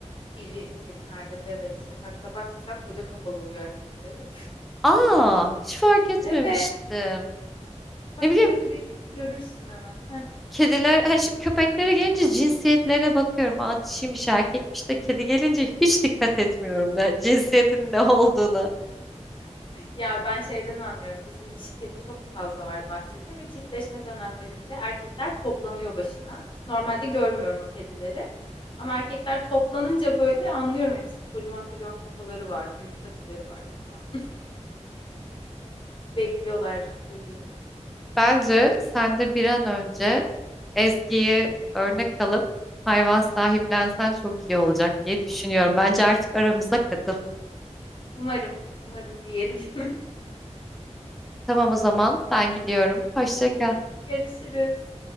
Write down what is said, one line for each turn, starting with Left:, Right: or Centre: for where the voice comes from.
Left: İri kedilerde de evet sokakta bak mesela koca kafalı oluyor erkekler hep.
Centre: Aa, hiç fark etmemiştim.
Left: <laughs> Evet. Bak
Centre: Ne bileyim
Left: şöyle bir görürsün hemen. Heh.
Centre: kediler, hani şimdi köpeklere gelince cinsiyetlerine bakıyorum. Aa dişiymiş erkekmiş de kedi gelince hiç dikkat etmiyorum ne, cinsiyetin ne olduğunu.
Left: Ya ben şeyden anlıyorum. Bizim dişi kedi çok fazla var bahçede ve çiftleşme dönemlerinde erkekler toplanıyor başına. Normalde görmüyorum o kedileri. Ama erkekler toplanınca böyle anlıyorum hepsini. Kocaman kocaman kafaları var, büyük patileri var falan. <laughs> Bekliyorlar çocuğumu.
Centre: Bence sen de bir an önce Ezgi'yi örnek alıp hayvan sahiplensen çok iyi olacak diye düşünüyorum. Bence artık aramıza katıl.
Left: Umarım, umarım diyelim. <laughs>
Centre: Tamam o zaman ben gidiyorum. Hoşça kal.
Left: Görüşürüz.